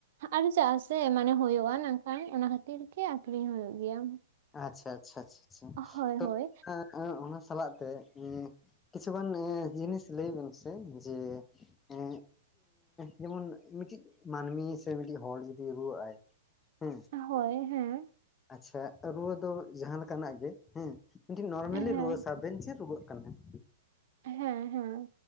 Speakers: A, on the right; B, on the left.
A: ᱟᱨ ᱪᱟᱜ ᱥᱮ ᱢᱟᱱᱮ ᱦᱳᱭᱳᱜ-ᱟ ᱱᱟᱠᱷᱟᱱ ᱚᱱᱟ ᱠᱷᱟᱹᱛᱤᱨ ᱜᱮ ᱟᱠᱷᱨᱤᱧ ᱦᱳᱭᱳᱜ ᱜᱮᱭᱟ᱾
B: ᱟᱪᱪᱷᱟ ᱟᱪᱪᱷᱟ <inaudible>
A: ᱦᱳᱭ
B: ᱛᱚ
A: ᱦᱳᱭ
B: ᱚᱱᱟ ᱥᱟᱞᱟᱜ ᱛᱮ ᱠᱤᱪᱷᱩᱜᱟᱱ ᱮᱸ ᱡᱤᱱᱤᱥ ᱞᱟᱹᱭ ᱵᱮᱱ ᱥᱮ ᱡᱮ ᱮᱸᱜ ᱡᱮᱢᱚᱱ ᱢᱤᱫᱴᱤᱡ ᱢᱟᱹᱱᱢᱤ ᱥᱮ ᱢᱤᱫᱴᱤᱡ ᱦᱚᱲ ᱡᱩᱫᱤ ᱨᱩᱣᱟᱹᱜ ᱟᱭ, ᱦᱮᱸ
A: ᱦᱚᱭ ᱦᱮᱸ
B: ᱟᱪᱪᱷᱟ ᱨᱩᱣᱟᱹ ᱫᱚ ᱡᱟᱦᱟᱸ ᱞᱮᱠᱟᱱᱟᱜ ᱜᱮ ᱦᱮᱸ, ᱢᱤᱜᱴᱤᱜ ᱱᱚᱨᱢᱮᱞᱤ
A: ᱦᱮᱸ
B: ᱨᱩᱣᱟᱹ ᱥᱟᱯᱵᱮᱱ ᱪᱮᱫ ᱨᱩᱣᱟᱹᱜ ᱠᱟᱱᱟ <inaudible>
A: ᱦᱮᱸ ᱦᱮᱸ